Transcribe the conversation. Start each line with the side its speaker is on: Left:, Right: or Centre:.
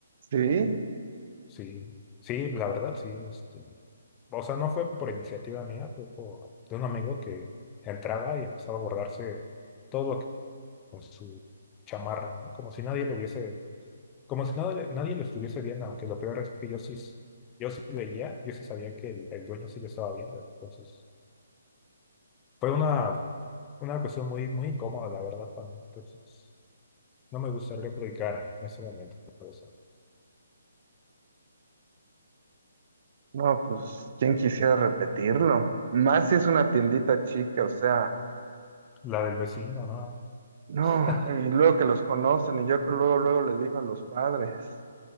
Right: Sí,
Left: Sí, sí, la verdad, sí. Este, o sea, no fue por iniciativa mía, fue por, de un amigo que entraba y empezaba a borrarse todo lo que con su chamarra, ¿no? Como si nadie le hubiese como si nadie, nadie lo estuviese viendo, aunque lo peor es que yo sí, s- yo sí veía, yo sí sabía que el, el dueño sí lo estaba viendo. Entonces, fue una, una cuestión muy, muy incómoda, la verdad, para mí. Entonces, no me gustaría platicar en ese momento eso.
Right: no, pues, ¿quién quisiera repetirlo? Más si es una tiendita chica, o sea,
Left: La del vecino, ¿no?
Right: no,
Left: <laughs>
Right: y luego que los conocen, y yo creo luego, luego le dijo a los padres,